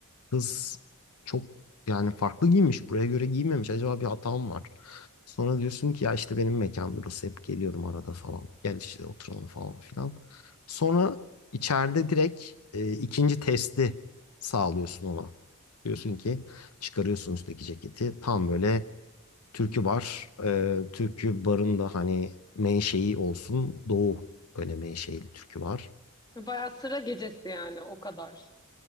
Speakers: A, on the left; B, on the left.
A: Kız çok yani farklı giymiş. Buraya göre giymemiş. Acaba bir hatam var. Sonra diyorsun ki ya işte benim mekan burası. Hep geliyorum arada falan. Gel işte oturalım falan filan. Sonra içeride direkt e, ikinci testi sağlıyorsun ona. Diyorsun ki çıkarıyorsun üstteki ceketi. Tam böyle türkü bar. E, türkü barın da hani menşei olsun. Doğu böyle menşeili türkü var.
B: Bayağı sıra gecesi yani o kadar.